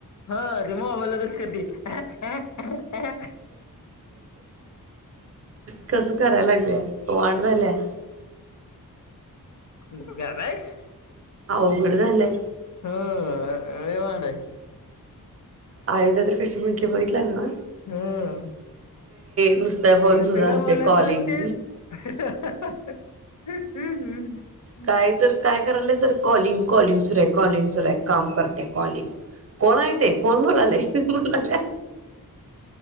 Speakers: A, on the left; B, on the right.
A: हां ती मोबाईला तस करती <unintelligible> हा हा
B: कसं करायला लागल्या वांड झाल्या
A: <unintelligible> <unintelligible> गब बस
B: आवघड झालंय
A: हं लय वांड हाय <unintelligible>
B: आयोध्या तर कशी म्हटली बघितला नव
A: हं
B: नुसता फोन
A: कशाला
B: सुरू असते
A: बोलत
B: कॉलिंग
A: बसतीस <unintelligible> <unintelligible>
B: काय तर काय करायलय सर कॉलिंग कॉलिंग सुरु आहे. कॉलिंग सुरू हाय काम करत्या कॉलिंग कोण य ते कोण बोलाला नाही म्हणाल्या